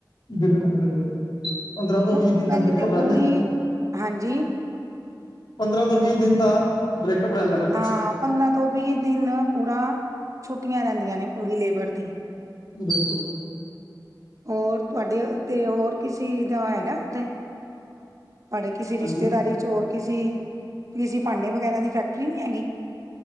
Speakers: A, on the left; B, on the right.
A: ਬਿਲਕੁਲ ਬਿਲਕੁਲ ਪੰਦਰਾਂ ਤੋਂ
B: ਉਸ
A: ਵੀਹ ਦਿਨ
B: ਪਹਿਲੇ
A: ਦਾ ਬ੍ਰੇਕਅੱਪ
B: ਤੇ
A: ਰਹਿੰਦਾ
B: ਪੂਰੀ ਹਾਂਜੀ
A: ਪੰਦਰਾਂ ਤੋਂ ਵੀਹ ਦਿਨ ਦਾ ਬ੍ਰੇਕਅਪ ਰਹਦਾ ਪਛੇ
B: ਹਾਂ ਪੰਦਰਾਂ ਤੋਂ ਵੀਹ ਦਿਨ ਪੂਰਾ ਛੁੱਟੀਆਂ ਰਹਿੰਦੀਆਂ ਨੇ ਪੂਰੀ ਲੇਬਰ ਦੀ
A: ਬਿਲਕੁਲ
B: ਹੋਰ ਤੁਹਾਡੇ ਤੇ ਹੋਰ ਕਿਸੇ ਦਾ ਹੈਗਾ ਤੇ ਭੇ ਕਿਸੇ ਰਿਸ਼ਤੇਦਾਰੀ
A: ਹਾਂਜੀ
B: ਚ ਹੋਰ ਕਿਸੇ ਸੀ ਭਾਂਡੇ ਵਗੈਰਾ ਦੀ ਫੈਕਟਰੀ ਨੀ ਹੈਗੀ